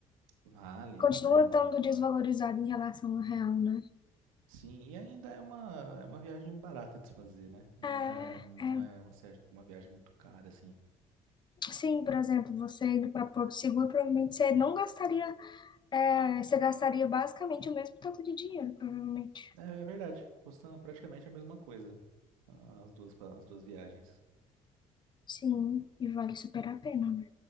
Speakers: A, on the right (about 80°); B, on the left (about 30°).
A: Vale,
B: Continua
A: vai.
B: estando desvalorizado
A: ah,
B: em relação ao real, né?
A: Sim, e ainda é uma, é uma viagem barata de se fazer, né? Não
B: É,
A: é, não
B: é.
A: é uma, se- uma viagem muito cara, assim.
B: Sim, por exemplo, você indo para Porto Seguro, provavelmente você não gastaria. é, você gastaria basicamente o mesmo tanto de dinheiro, provavelmente.
A: É, é verdade, custam praticamente a mesma coisa, ah, as duas, pa- as duas viagens.
B: Sim,
A: O-
B: e vale super a pena, né?